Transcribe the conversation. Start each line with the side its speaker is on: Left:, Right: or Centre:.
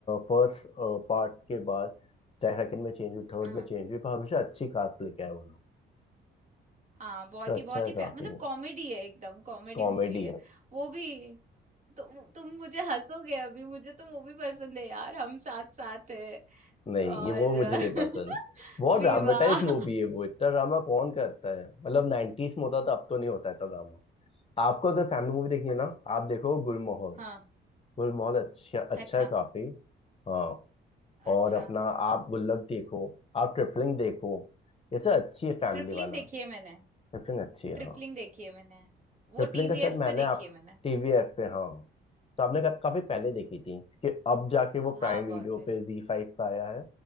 Left: फर्स्ट पार्ट के बाद सेकंड में चेंज हुई थर्ड
Right: हाँ
Left: में चेंज हुई पर हमेशा अच्छी कास्ट लेके आए वो लोग
Right: हाँ बहुत
Left: तो अच्छा
Right: ही बहुत
Left: है
Right: ही प्यार
Left: काफी
Right: मतलब कॉमेडी है एकदम कॉमेडी
Left: कॉमेडी
Right: मूवी है
Left: है
Right: वो भी तु, तुम मुझे हंसोगे अभी मुझे तो मूवी पसंद है यार हम साथ साथ है
Left: नहीं
Right: और
Left: ये वो मुझे नहीं पसंद
Right: <laughs>
Left: बहुत
Right: विवाह
Left: ड्रामेटाइज मूवी है वो इतना ड्रामा कौन करता है मतलब 90s में होता था अब तो नहीं होता इतना ड्रामा आपको अगर फैमिली मूवी देखनी है ना आप देखो गुलमोहर
Right: हाँ
Left: गुलमोहर अच्छा अच्छा
Right: अच्छा
Left: है काफी हाँ
Right: अच्छा
Left: और अपना आप गुल्लक देखो आप ट्रिपलिंग देखो ये सब अच्छी है फैमिली
Right: ट्रिपलिंग
Left: वाला
Right: देखी है मैंने
Left: ट्रिपलिंग अच्छी है
Right: ट्रिपलिंग
Left: हाँ
Right: देखी है मैंने
Left: ट्रिपलिंग
Right: वो टीवीएफ
Left: का शायद मैंने
Right: पे
Left: आप
Right: देखी है मैंने
Left: टीवीएफ पे हाँ तो आपने का, काफी पहले देखी थी कि अब जाके वो
Right: हाँ
Left: प्राइम वीडियो
Right: बहुत पहले
Left: पे जी फाइव पे आया है